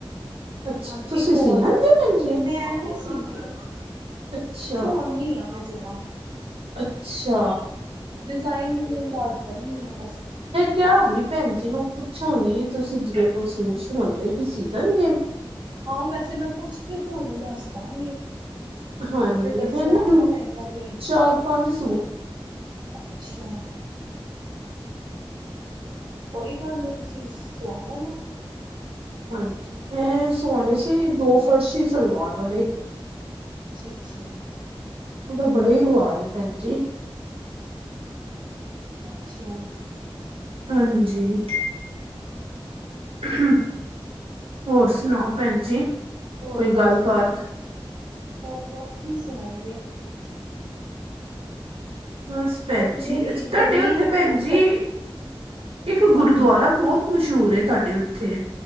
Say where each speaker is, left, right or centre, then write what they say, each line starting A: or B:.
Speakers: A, on the right; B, on the right.
A: <unintelligible>
B: ਅੱਛਾ ਤੁਸੀਂ
A: ਇੱਕ ਹੋਰ
B: ਸੀ ਲੈਂਦੇ ਭੈਣ ਜੀ
A: ਮੈਂ ਨਹੀਂ ਸੀਦੀ। <unintelligible>
B: ਅੱਛਾ
A: ਸਵਾਉਣੀ ਆ ਮੈਂ ਜਰਾ।
B: ਅੱਛਾ।
A: ਡਿਜ਼ਾਇਨ ਡਜੂਨ ਦੱਸ ਦਿੰਨੀ ਆ ਬਸ ਮੈਂ।
B: ਕਿਆ ਹੀ ਭੈਣ ਜੀ ਨੂੰ ਪੁੱਛਾਂਗੀ, ਤੁਸੀਂ ਜਿਹਦੇ ਕੋਲ ਸੂਟ ਸਵਾਉਂਦੇ ਸੀ ਸੀਹ ਦੇਣਗੇ।
A: ਹਾਂ, ਵੈਸੇ ਮੈਂ ਪੁੱਛ ਕੇ ਤੁਹਾਨੂੰ ਦੱਸ ਦਾਂਗੀ।
B: ਹਾਂਜੀ
A: ਜੇ ਪਰਸੋਂ
B: ਮੈਂ ਨਾ
A: ਆਣਾ ਹੋਏਗਾ ਤੇ,
B: ਚਾਰ ਪੰਜ ਸੂਟ
A: ਅੱਛਾ। ਕੋਈ ਗੱਲ ਨੀਂ ਤੁਸੀਂ ਸਵਾ ਲੈਣਾ।
B: ਹਾਂਜੀ, ਮੈਂ ਸਵਾਣੇ ਸੀ, ਦੋ ਫਰਸ਼ੀ ਸਲਵਾਰ ਵਾਲੇ।
A: ਅੱਛਾ ਅੱਛਾ।
B: ਉਹਦਾ ਬੜਾ ਹੀ ਰਿਵਾਜ ਏ ਭੈਣ ਜੀ।
A: ਅੱਛਾ।
B: ਹਾਂਜੀ। <unintelligible> ਹੋਰ ਸੁਣਾਓ ਭੈਣ ਜੀ।
A: ਹੋਰ
B: ਕੋਈ
A: ਬਸ
B: ਗੱਲਬਾਤ
A: ਵਧੀਆ, ਗੱਲਬਾਤ ਕੀ ਸੁਣਾਈਏ?
B: ਬਸ ਭੈਣ
A: ਵਧੀਆ
B: ਜੀ,
A: ਹੀ
B: ਅਛ ਤੁਹਾਡੇ
A: ਗਰਮੀ
B: ਉੱਥੇ
A: ਹੈਗੀ
B: ਭੈਣ
A: ਆ ਉੱਥੇ
B: ਜੀ ਇੱਕ
A: ਗਰਮੀ
B: ਗੁਰਦੁਆਰਾ ਬਹੁਤ ਮਸ਼ਹੂਰ ਤੁਹਾਡੇ ਉੱਥੇ